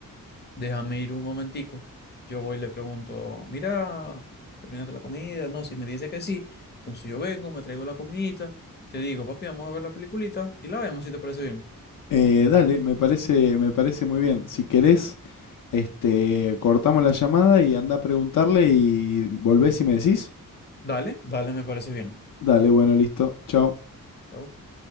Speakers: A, on the left; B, on the left.
A: déjame ir un momentico. Yo voy y le pregunto, mira, ¿terminaste la comida? No, si me dice que sí, entonces yo vengo, me traigo la comidita, te digo, papi, vamos a ver la peliculita y la vemos si te parece bien.
B: Eh, dale, me parece, me parece muy bien. Si querés, Este, cortamos la llamada y anda a preguntarle y volvés y me decís.
A: Dale, dale, me parece bien.
B: Dale, bueno, listo. Chao.
A: Chao.